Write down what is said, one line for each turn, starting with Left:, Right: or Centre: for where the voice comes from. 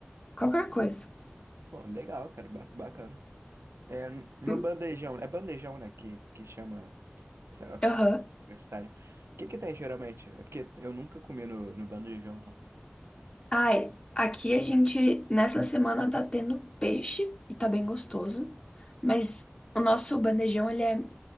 Left: qualquer coisa.
Right: Pô, legal, cara. ba- Bacana. É, no
Left: Hum,
Right: bandejão. É bandejão, né? Que, que chama essa, essa
Left: Aham.
Right: comida universitária. O que que tem geralmente? É porque eu nunca comi no, no bandejão, não.
Left: Ai, aqui a gente nessa semana tá tendo peixe e tá bem gostoso, mas o nosso bandejão ele é